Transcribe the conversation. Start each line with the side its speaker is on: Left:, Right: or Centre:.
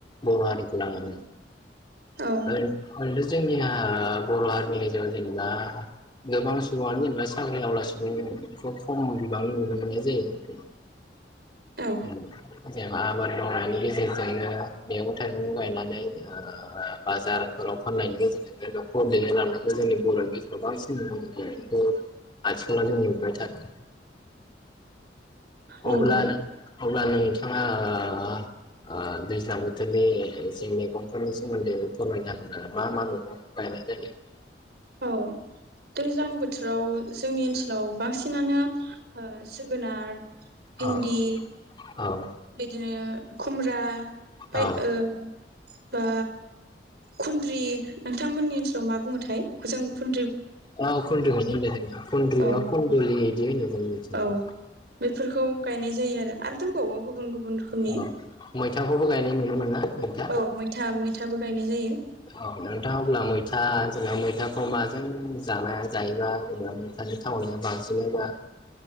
Left: बर हारिखौ लानानै
Right: औ
Left: <unintelligible> जोंनिआ बर' हारिनि गेजेराव जेनेबा गोबां सुबङानो जेनेबा साख्रि आवला सुबुंखौ खम बिबांनि नुनो मोननाय जायो।
Right: औ
Left: <unintelligible> जेन आबाद मावनायनि गेजेरजोंनो मैगं थाइगं गायनानै ओ बाजारफोराव फाननायनि गेजेरजों बे न'खर दैदेन लांनायखौ जोंनि बर'नि गेजेराव बांसिन नुनो मोननायखौ आथिखलााव जों नुबाय थादों।
Right: नंगौ
Left: अब्ला नों अब्ला नों थाङा आ आ दैज्लां बोथोरनि एसे मैगंफोरनि सोमोन्दै फोरमायना होदो मा मा मैगं गायनाय जायो?
Right: औ दैज्लां बोथोराव जोंनि ओनसोलाव बांसिनानो ओ जोगोनार भिन्दि
Left: औ औ।
Right: बिदिनो खुमब्रा बाय
Left: औ
Right: ओ बा खुन्द्रि नोंथांमोननि ओनसोलाव मा बुङोथाय जों खुन
Left: औ खुन्द्रिखौनो होनो खुन्द्रिना
Right: औ
Left: खुन्दलि बिदि होनो
Right: औ
Left: <inaudible>
Right: बेफोरखौ गायनाय जायो आरो आरो दंबावो गुबुन गुबुन रोखोमनि
Left: औ मैथाखौबो गायनाय नुनो मोनो। ना <inaudible> मैथा
Right: औ मैथा मैथाबो गायनाय जायो
Left: औ औ नोंथाङा अब्ला मैथा <inaudible> जोंना मैथाखौ माजों जानाया जायोबा जेनेबा मैथानि थावनिया बांसिनोबा